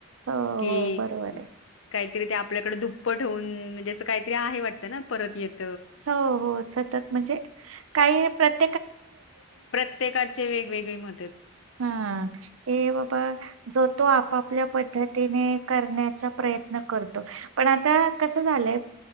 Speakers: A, on the right; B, on the left.
A: हो
B: क
A: हो बरोबर आहे.
B: का <unintelligible> त ते आपल्याकडे दुप्प ठेवून म्हणजे असं काहीतरी आहे वाटतं ना परत येत
A: हो हो सतत म्हणजे काही प्रत
B: प्रत्येकाचे वेगवेगळी मत
A: हा हे बाबा जतो आपआप <inaudible> आपल्या पद्धतीने करण्याचा प्रयत्न करतो पण आता कसं झालंय